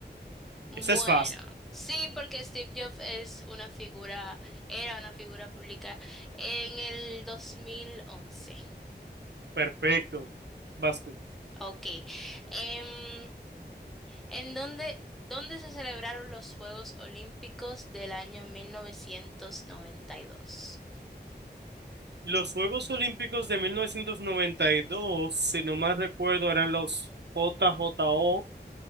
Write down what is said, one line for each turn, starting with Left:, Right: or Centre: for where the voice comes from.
Centre: Bueno,
Right: Esa es fácil.
Centre: sí, porque Steve Jobs es una figura, era una figura pública en el 2011.
Right: Perfecto. Vas tú.
Centre: Ok. Em, ¿En dónde, dónde se celebraron los Juegos Olímpicos del año 1992?
Right: Los Juegos Olímpicos de 1992, si no mal recuerdo, eran los J JJO.